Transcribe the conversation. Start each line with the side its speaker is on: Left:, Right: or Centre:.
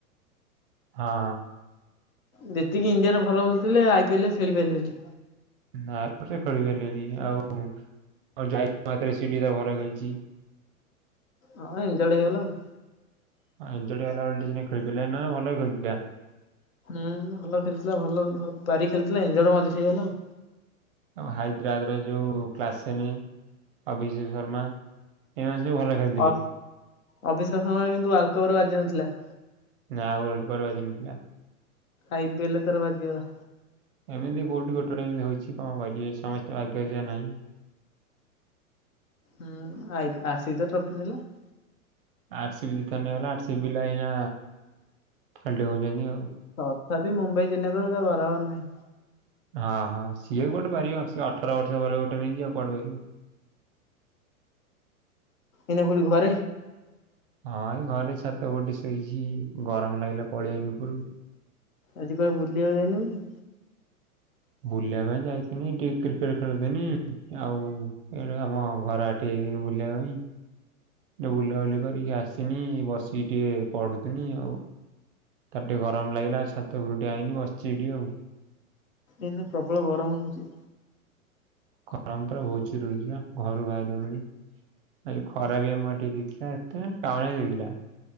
Right: ହଁ।
Left: ଯେତିକି ଇଣ୍ଡିଆରେ ଭଲ ଖେଳୁଥିଲେ ଆଇ ପିଏଲ ରେ ଖେଳି ପାରିଲେନି।
Right: ନା ସେ କରିପାରିଲେନି ଆଉ ଯାଇ ମାତରେ ସିଟି ରେ ଭଲ ଖେଳିଛି।
Left: ହଁ ଏଞ୍ଜଡ୍ ହେଇଗଲା ଆଉ।
Right: ଏଞ୍ଜଡୁ ହେଲା ବୋଲି ଟିକେ ଖେଲିପରିଲିନି ନା ଭଲ ଖେଳିଥିଲା
Left: ହୁଁ ଭଲ ଖେଳୁଥିଲା ଭଲ ପାରି ଖେଳିଥିଲା ଇନଯୋଡ ମଝିରେ ହେଇଗଲା ଆଉ।
Right: ଆଉ ହାଇଦ୍ରାବାଦ ଯୋଉ କ୍ଲାସେନି ଅଭିଷେକ୍ ଶର୍ମା। ଏମାନେ ସବୁ ଭଲ ଖେଳିଥିଲେ।
Left: ଅ ଅଭିଷେକ ଶର୍ମାର କିନ୍ତୁ ୱାଲକପରେ ବାଜି ନଥିଲା।
Right: ନାଆ ଓଲଟ କରେ ବାଜିନଥିଲା।
Left: ଆଇପିଏଲ ରେ ତାର ବାଜିଗଲା।
Right: ଏମିତି କୋଉଠି ଗୋଟେ ଗୋଟେ ଏମିତି ହୋଇଛି। କଣ କରିବେ ସମସ୍ତେ ଭାଗ୍ୟରେ ସେହା ନାହିଁ।
Left: ହୁଁ ଆପି ଆରସିବି ତ ଟ୍ରଫି ନେଲା। <unintelligible>
Right: ଆରସିବି ଦିଥର ନେଇଗଲା। ଆରସିବି ପିଲାଏ ଏଇନା ଖାଲି ଡେଉଁଛନ୍ତି ଆଉ।
Left: ତଥାପି ମୁମ୍ବାଇ <unintelligible> ବରବାର ନାହିଁ।
Right: ହଁ ହଁ ସିଏ ବି କୋଉଠି ପାରିବ। ସିଏ ଅଠର ବର୍ଷ ପରେ ଗୋଟେ ନେଇଚି ଆଉ କୁଆଡେ ପାରିବ।
Left: ଏଇନା କୋଉଠି ଘରେ?
Right: ହଁ ଏଇ ଘରେ ଛାତ ଉପରେ ଟିକେ ଶୋଇଛି। ଗରମ ଲାଗିଲା ପଳିଆଇଲୀ ଉପରକୁ।
Left: ଆଜି କୁଆଡେ଼ ବୁଲିବାକୁ ଯାଇନୁ କି?
Right: ବୁଲିବା ପାଇଁ ଯାଇଥିନି। ଟିକେ କ୍ରିକେଟ ଖେଳୁଥିନି। ଆଉ ଏ ଆମ ଘର <unintelligible> ବୁଲିବା ପାଇଁ ଟେକେ ବୁଲାବୁଲି କରିକି ଆସିନି ବସିକି ଟିକେ ପଢୁଥିନି ଆଉ। ତାରେ ଟିକେ ଗରମ ଲାଗିଲା ଛାତ ଉପରକୁ ଟିକେ ଆଇନି ବସିଛି ଏଇଠି ଆଉ।
Left: ଏଇନା ପ୍ରବଳ ଗରମ ହଉଛି।
Right: ଖରମ ପରା ବହୁତ ଜୋର ହେଇଯିବ ନା? ଘରୁ ବାହାରିହଉନି। କାଲି ଖରା ବି ଆମଟିକେ ଦେଇଥିଲା। ଏତେ କାଉଁଳିଆ ଲାଗିଲା